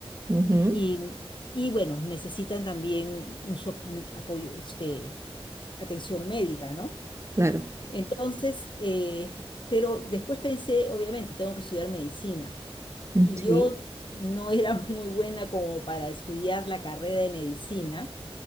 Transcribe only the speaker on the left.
Y, y bueno, necesitan también un, so- un apoyo, este, atención médica, ¿no?
Entonces, eh, pero después pensé, obviamente, tengo que estudiar medicina.
Y
yo no era <laughs> muy buena como para estudiar la carrera de medicina